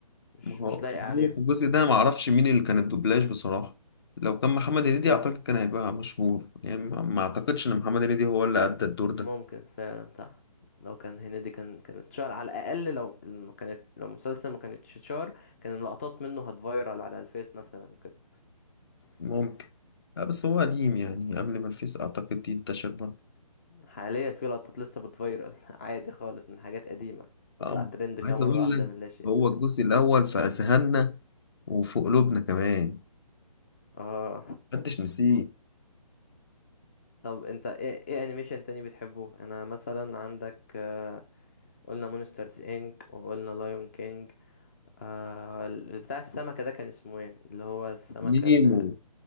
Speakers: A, on the left (about 20°); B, on the left (about 40°).
A: مش
B: ما هو
A: مش لايق عليهم
B: هو في الجزء ده ما اعرفش مين اللي كان الدوبلاج بصراحة لو كان محمد هنيدي اعتقد كان هيبقى مشهور يعني ما ما اعتقدش ان محمد هنيدي هو اللي ادى الدور
A: ممكن
B: ده
A: فعلا صح لو كان هنيدي كان كانت شهر على الاقل لو ما كانت لو المسلسل ما كانتش شهر كان اللقطات منه هتفايرال على الفيس مثلا وكده
B: ممكن لا بس هو قديم يعني قبل ما الفيس اعتقد دي انتشر برضه
A: حاليا في لقطات لسه بتفايرال <laughs> عادي خالص من حاجات قديمة تطلع
B: اه
A: ترند كده
B: عايز
A: مرة
B: اقول
A: واحدة
B: لك
A: من لا شيء
B: هو الجزء الاول في اذهاننا وفي قلوبنا كمان
A: اه
B: محدش نسيه
A: طب انت ايه ايه انيميشن تاني بتحبه انا مثلا عندك آه، قلنا مونسترز انك وقلنا لايون كينج آه ال- بتاع السمكة ده كان اسمه ايه اللي هو السمكة
B: نيمو
A: ال-